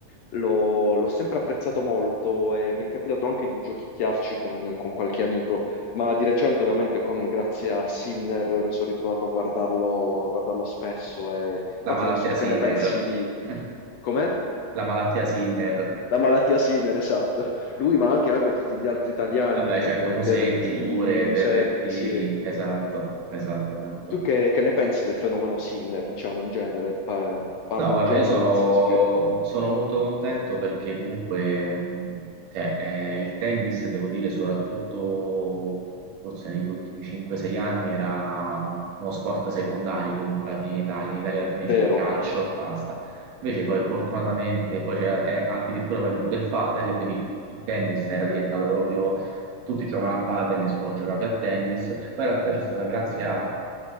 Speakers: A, on the left; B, on the right.
A: l'ho l'ho sempre apprezzato molto e mi è capitato anche di giochicchiarci con, con qualche amico. Ma di recente, ovviamente, con- grazie a Sinner mi sono ritrovato a guardarlo, a guardarlo spesso. E... Infatti,
B: La malattia
A: non so tu
B: Sinner.
A: che ne pensi di
B: <laughs>
A: com'è?
B: La malattia Sinner.
A: La malattia Sinner, esatto. Lui, ma anche vabbè, tutti gli altri italiani,
B: Vabbè, certo,
A: Be-
B: Musetti
A: Berrettini,
B: pure,
A: Musetti,
B: Berrettini.
A: sì.
B: Esatto, esatto, esatto.
A: Tu che, che ne pensi del fenomeno Sinner, diciamo in genere? Pa- parlo
B: No, guarda,
A: in genere,
B: io sono,
A: nel senso che
B: sono molto contento perché comunque mh, cioè, eh, il tennis, devo dire, soprattutto forse negli ultimi 5-6 anni era uno sport secondario comunque alla fine in Italia. In Italia alla fine
A: vero,
B: c'è il calcio e basta. Invece poi fortunatamente poi c'era, è addirittura poi è venuto il padel, e quindi il il tennis era diventato proprio tutti giocano a padel, nessuno giocava più a tennis, poi in realtà c'è stata grazie a-